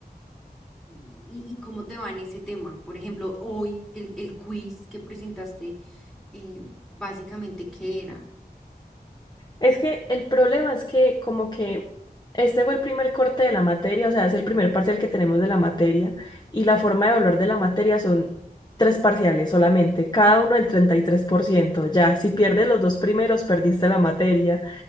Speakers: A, in the centre; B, on the left.
A: Mm, ¿Y, y cómo te va en ese tema? Por ejemplo, hoy el, el quiz que presentaste, eh, básicamente, ¿qué era?
B: Es que el problema es que como que este fue el primer corte de la materia, o sea, es el primer parcial que tenemos de la materia y la forma de evaluar de la materia son tres parciales solamente, cada uno del 33% ya, si pierdes los dos primeros, perdiste la materia,